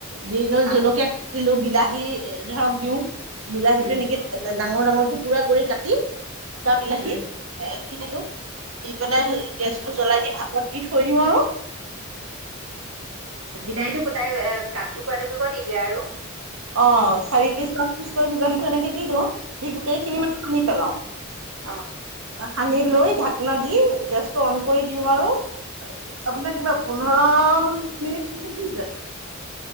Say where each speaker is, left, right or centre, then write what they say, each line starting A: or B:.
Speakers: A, on the right; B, on the right.
A: দি লৈ
B: অ'
A: জলকীয়া- দিলো, বিলাহী ধৰক দিওঁ, বিলাহীটো
B: উম,
A: এনেকে ডাঙৰ ডাঙৰ টুকুৰা কৰি কাটি- গোটা বিলাহী-
B: উম,
A: দি দিলো, দি পেলাই গেছটো জ্বলাই দি ভাপত দি থৈ দিওঁ আৰু।
B: বিনাহীতো গোটাই কাতি টুকুৰা টুকুৰ কৰি দি দিয়ে আৰু।
A: অহ, চাৰি পিচ, পাঁচ পিচ কৰি বিলাহীটো এনেকে দি দিওঁ, দি গোটেই খিনি মানে সানি পেলাওঁ।
B: অহ।
A: সানি লৈ, থাকনা দি গেছটো অন কৰি দিওঁ আৰু- আপোনাৰ কিমান পোন্ধৰ মান মিনিট লাগি যায়।